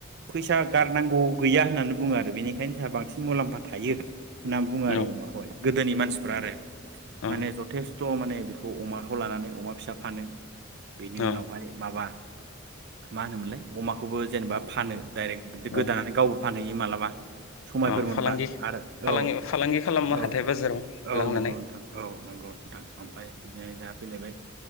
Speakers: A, on the right; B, on the left.
A: फैसा गारनांगौ गैया। होननानै बु़ङो आरो बेनिखायनो जोंहा बांसि मुलाम्फा थायो होनना बुङो आरो
B: औ
A: अमाखौहाय गोदोनि मान सिफ्रा आरो
B: औ
A: माने जथेस्थ' माने बेखौ अमाखौ लानानै अमा फिसा फानो बेनि
B: औ
A: उनावहाय माबा मा होनोमोनलाय अमाखौबो जेनेबा फानो डाइरेक्ट गोदानानै
B: औ
A: गावबो फानहैयो मालाबा समायफोर
B: औ
A: मोनबा
B: फालांगि
A: आरो
B: फालांगि
A: औ
B: फालांगि खालामो
A: औ
B: हाथाय बाजाराव
A: औ
B: लांनानै
A: नंगौ नोंथां औ नंगौ नोंथां ओमफ्राय बिदिनो दा फैलायबाय